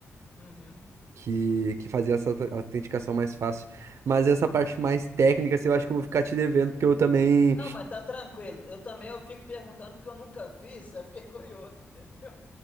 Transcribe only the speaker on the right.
Que, que fazia essa aut- autenticação mais fácil. Mas essa parte mais técnica, assim, eu acho que eu vou ficar te devendo, porque eu também